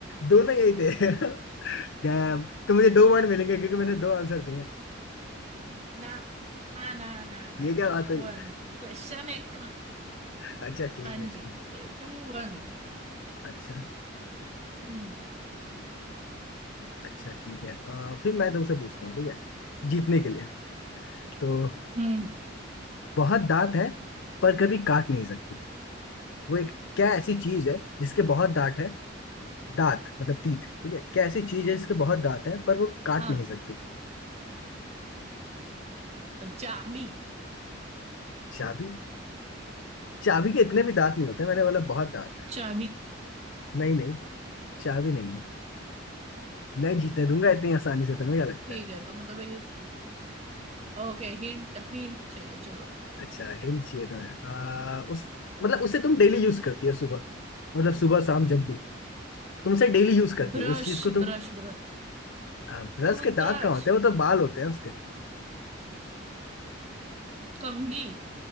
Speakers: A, on the left; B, on the right.
A: दोनों यही थे <laughs> डैम तो मुझे दो
B: हाँ
A: पॉइंट मिलेंगे क्योंकि मैंने दो आंसर दिए हैं।
B: ना ना ना ना
A: ये क्या
B: टू
A: बात हुई
B: वन क्वेश्चन एक का
A: अच्छा ठीक
B: हाँ
A: है
B: जी
A: ठीक
B: टू वन
A: अच्छा
B: हम्म
A: अच्छा ठीक है अ, फिर मैं तुमसे पूछता हूँ ठीक है जीतने के लिए तो
B: हम्म
A: बहुत दांत है पर कभी काट नहीं सकती वो एक क्या ऐसी चीज है जिसके बहुत दांत है दांत मतलब तीत ठीक है क्या ऐसी चीज है जिसके बहुत दांत है पर वो काट
B: हाँ
A: नहीं सकती
B: चाबी
A: चाबी चाबी के इतने भी दांत नहीं होते मैंने बोला बहुत दांत
B: चाबी
A: नहीं नहीं चाबी नहीं है नहीं जीतने दूंगा इतनी आसानी से तुम्हें क्या लगता
B: ठीक
A: है
B: है तो मतलब ये ओके हिंट हिंट चाहिए चलो
A: अच्छा हिंट चाहिए तुम्हें आ, उस मतलब उसे तुम डेली यूज करती हो सुबह मतलब सुबह शाम जब भी तुम उसे डेली यूज करती
B: Brush
A: हो उस चीज को तुम
B: brush brush
A: आ, ब्रश
B: टूथब्रश
A: के दांत कहाँ होते हैं वो तो बाल होते हैं उसके
B: कंघी